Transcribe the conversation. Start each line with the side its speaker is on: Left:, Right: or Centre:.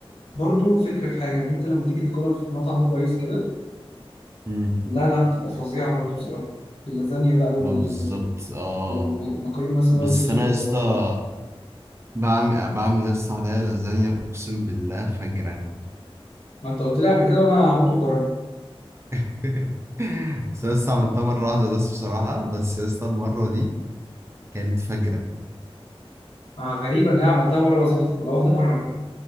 Left: برضو فكره في حاجه ان انت لما تيجي تاكلها في مطعم كويس كده
Right: مم.
Left: لا لا بتبقى فظيعة برضه بصراحة اللازانيا بقى وال-
Right: ما بالظبط اه
Left: والمكرونة مثلا
Right: بس
Left: وايت صوص
Right: انا
Left: ولا
Right: يا اسطى بعمل بعمل يا اسطى عليا لازانيا اقسم بالله فجرة
Left: ما انت قلت لي قبل كده وانا هموت واجربها
Right: <laughs> بس أنا لسه عملتها مرة واحدة بس بصراحة بس يا اسطى المرة دي كانت فجرة
Left: آه، غريبة ان انا عملتها مرة وظبطت من اول مرة كده